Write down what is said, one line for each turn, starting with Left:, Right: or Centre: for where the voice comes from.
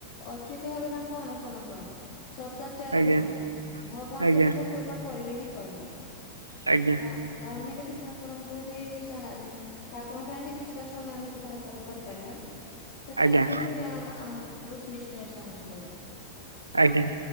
Left: ଅଚ୍ୟୁତ ଭବେ ତାଙ୍କୁ ଅନୁସରଣ କର। ସଦାଚାରେ
Right: ଆଜ୍ଞା
Left: ରୁହ, ଭଗବାନ
Right: ଆଜ୍ଞା
Left: ତୁମକୁ କୃପା କରିବେ ହିଁ କରିବେ।
Right: ଆଜ୍ଞା
Left: ତା ତମେ କେତେ ଠାକୁରଙ୍କୁ ଯଦି ସାହା, ଠାକୁରଙ୍କ ପାଇଁ ଯଦି କିଛିଟା ସମୟ ଆମେ ଯଦି ବାହାର କରି କରିପାରିବା ତ ଠାକୁର
Right: ଆଜ୍ଞା
Left: ବି, ଆ ଆମକୁ ନିଶ୍ଚୟ ସାହାଯ୍ୟ କରିବେ
Right: ଆଜ୍ଞା